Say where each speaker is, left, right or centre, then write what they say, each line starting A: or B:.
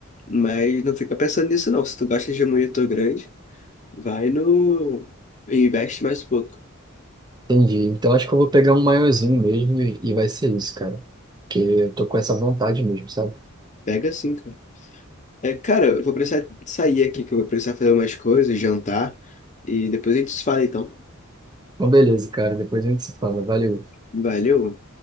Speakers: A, on the left; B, on the right.
A: Mas não fica pensando nisso não. Se tu gosta de monitor grande, vai no... Investe mais um pouco.
B: Entendi. Então acho que eu vou pegar um maiorzinho mesmo e, e vai ser isso, cara. Porque eu tô com essa vontade mesmo, sabe?
A: Pega sim, cara. É, cara, eu vou precisar sair aqui, que eu vou precisar fazer umas coisas, jantar, e depois a gente se fala, então.
B: Então beleza, cara. Depois a gente se fala. Valeu.
A: Valeu.